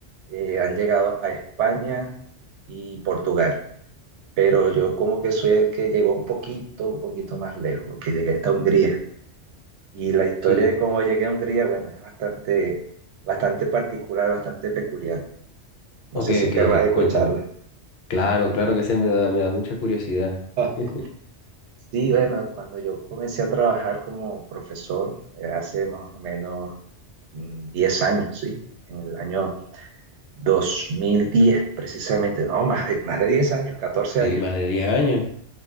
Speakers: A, on the right; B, on the left.
A: eh, han llegado a España y Portugal. Pero yo como que soy el que llegó un poquito, un poquito más lejos, porque llegué hasta Hungría. Y la historia
B: Sí.
A: de cómo llegué a Hungría, bueno, es bastante, bastante particular, bastante peculiar. No
B: Ok,
A: sé si
B: ok,
A: querrás escucharla.
B: cuéntame. Claro, claro que se me da, me da mucha curiosidad.
A: <laughs>
B: <laughs>
A: Sí, bueno, cuando yo comencé a trabajar como profesor, eh, hace más o menos mm, 10 años, ¿sí? En el año 2010 precisamente, no, más de, más de 10 años, 14
B: Sí,
A: años,
B: más de 10 años,